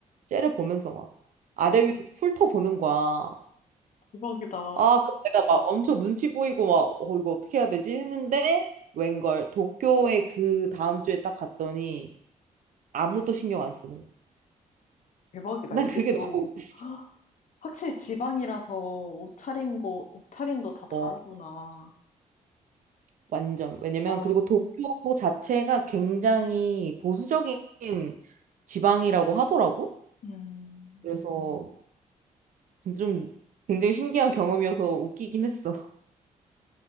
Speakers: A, on the right (about 65°); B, on the left (about 60°).
A: 째려보면서 막 아래 위로 훑어보는 거야.
B: 대박이다.
A: 아, 그 내가 막 엄청 눈치 보이고 막, 어, 이거 어떻게 해야 되지? 했는데, 웬걸, 도쿄에 그 다음 주에 딱 갔더니 아무도 신경 안 쓰는 거야. <laughs>
B: 대박이다.
A: 난
B: 이게
A: 그게 너무
B: 또,
A: 웃겼어.
B: 확실히 지방이라서 옷차림고, 옷차림도 다 다르구나.
A: 어, 완전. 왜냐면,
B: 어,
A: 그리고 도쿄 자체가 굉장히 보수적인 지방이라고 하더라고.
B: 음.
A: 그래서 진짜 좀 굉장히 신기한 경험이어서 웃기긴 했어. <laughs>